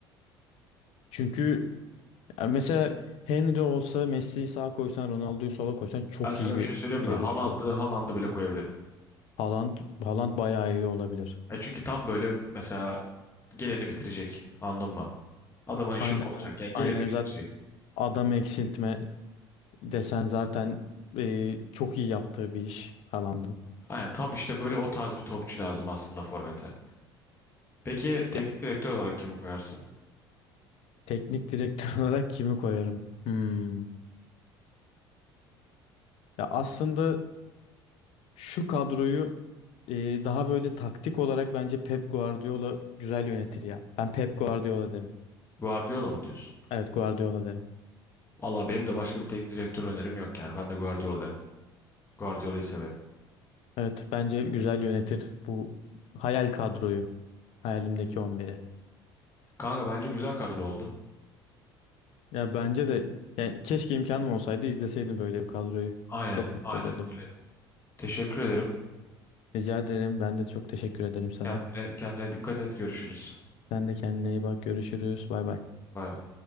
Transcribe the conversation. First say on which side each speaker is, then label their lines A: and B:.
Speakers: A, on the left (about 50°); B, on the left (about 20°).
A: Çünkü ya mesela Henry olsa Messi'yi sağa koysan Ronaldo'yu sola koysan çok
B: Ben sana
A: iyi bir
B: bir şey söyleyeyim mi?
A: ileri
B: Haaland'ı,
A: üçlü olur.
B: Haaland'ı bile koyabilirim.
A: Haaland, Haaland bayağı iyi olabilir.
B: E çünkü tam böyle mesela geleni bitirecek. Anladın mı? Adamın işi
A: Aynen
B: o olacak.
A: öyle.
B: Yani geleni
A: Aynen öyle.
B: bitirecek.
A: zaten adam eksiltme desen zaten e, çok iyi yaptığı bir iş Haaland'ın.
B: Aynen tam işte böyle o tarz bir topçu lazım aslında forvete. Peki teknik
A: Ya,
B: direktör olarak kimi koyarsın?
A: teknik direktör <laughs> olarak kimi koyarım? Hmm. Ya aslında Şu kadroyu e, daha böyle taktik olarak bence Pep Guardiola güzel yönetir ya. Ben Pep Guardiola derim.
B: Guardiola mı diyorsun?
A: Evet Guardiola derim.
B: Valla benim de başka bir teknik direktör önerim yok yani. Ben de Guardiola derim. Guardiola'yı severim.
A: Evet bence güzel yönetir bu hayal kadroyu. Hayalimdeki 11'i.
B: Kanka bence güzel kadro oldu.
A: Ya bence de yani keşke imkanım olsaydı izleseydim böyle bir kadroyu.
B: Aynen,
A: Çok mutlu
B: aynen
A: olurdum.
B: öyle. Teşekkür ederim.
A: Rica ederim. Ben de çok teşekkür ederim sana.
B: Kendine, kendine dikkat et. Görüşürüz.
A: Sen de kendine iyi bak. Görüşürüz. Bay bay.
B: Bay bay.